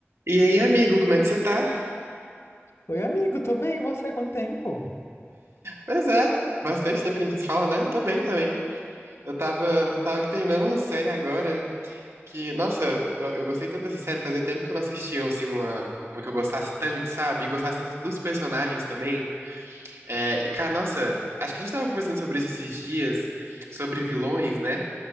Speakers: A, on the right (about 70°); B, on the left (about 65°).
A: E aí, amigo, como é que você tá?
B: Oi, amigo, tô bem, e você com o tempo?
A: Pois é, bastante tempo que a gente se fala, né? Tô bem também. Eu tava, tava aqui terminando uma série agora que, nossa, eu, eu gostei tanto dessa série, fazia tempo que eu não assistia, assim, uma, uma que eu gostasse tanto, sabe? E gostasse tanto dos personagens também. É, e, cara, nossa, acho que a gente tava conversando sobre isso esses dias, sobre vilões, né?